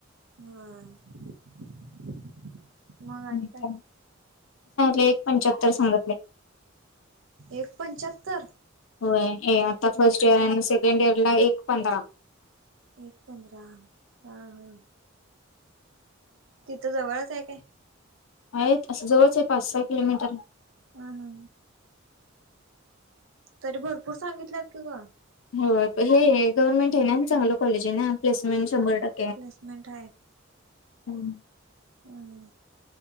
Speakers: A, on the right (about 70°); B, on the left (about 70°).
A: <unintelligible> आणि
B: <unintelligible>
A: काय
B: एक पंच्याहत्तर सांगतलंय
A: एक पंच्याहत्तर
B: होय. ये आता फर्स्ट इयर आणि सेकंड इयर ला एक पंधरा.
A: एक पंधरा हा हा. तिथं जवळच आहे काय?
B: आहेत असं जवळच आहे. पाच सहा किलोमीटर
A: हा हा. तरी भरपूर सांगितल्यात की गं.
B: हो हे गव्हर्नमेंट आहे ना, चांगलं कॉलेज आहे ना. प्लेसमेंट शंभर टक्के
A: प्लेसमेंट
B: हम्म.
A: ह ह